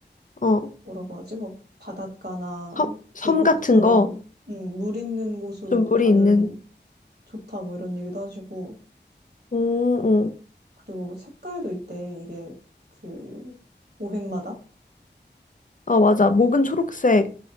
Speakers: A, on the left; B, on the right.
A: 어,
B: 뭐라고 하지? 뭐, 바닷가나
A: 섬,
B: 계곡처럼,
A: 섬 같은 거,
B: 음, 물 있는 곳으로
A: 좀 물이
B: 가면
A: 있는.
B: 좋다, 뭐 이런 얘기도 하시고,
A: 어, 어.
B: 그리고 색깔도 있대, 이게 그, 오행마다?
A: 아, 맞아. 목은 초록색,